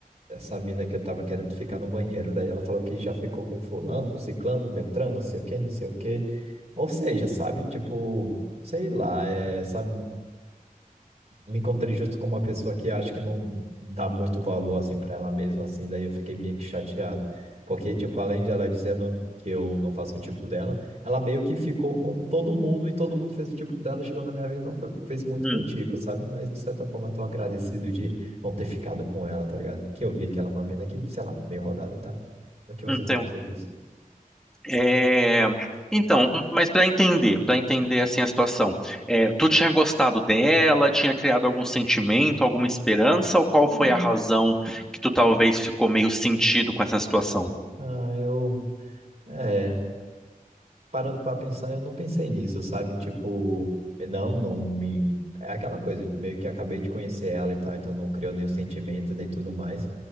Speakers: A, on the right; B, in the centre.
A: essa mina que eu tava querendo ficar no banheiro, daí ela falou que já ficou com fulano, com ciclano, Beltrano, não sei o quê, não sei o quê. Ou seja, sabe? Tipo, sei lá, é, essa me encontrei justo com uma pessoa que acho que não dá muito valor assim para ela mesma, assim, daí eu fiquei meio que chateado. Porque, tipo, além de ela dizendo que eu não faço o tipo dela, ela meio que ficou com todo mundo e todo mundo fez o tipo dela, chegou na minha vez e não fe- fez muito
B: Uhum.
A: meu tipo, sabe? Mas de certa forma eu tô agradecido de não ter ficado com ela, tá ligado? Que eu vi que ela é uma mina que, sei lá, meio rodada e tal. O que você
B: Uhum.
A: tem a dizer disso?
B: É, Então, um- mas para entender, para entender assim a situação, é, tu tinha gostado dela, tinha criado algum sentimento, alguma esperança, ou qual
A: Hum.
B: foi a razão que tu talvez ficou meio sentido com essa situação?
A: Ah, eu. É. parando para pensar, eu não pensei nisso, sabe? Tipo, não, não me. É aquela coisa, de meio que acabei de conhecer ela e tal, então não criou nenhum sentimento nem tudo mais,